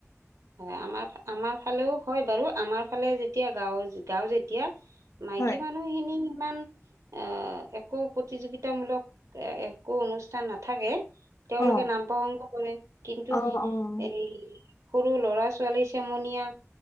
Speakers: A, on the right; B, on the left.
A: হয়। আমাৰ, আমাৰ ফালেও হয় বাৰু আমাৰ ফালে যেতিয়া গাঁও-গাওঁ যেতিয়া- মাইকী
B: হয়।
A: মানুহখিনি সিমান- আঁহ', একো প্ৰতিযোগিতামূলক একো অনুষ্ঠান নাথাকে। তেওঁলোকে
B: অ',
A: নাম প্ৰসংগ কৰে, কিন্তু
B: অ', অ',
A: এই- সৰু ল'ৰা-ছোৱালী চেমনীয়া-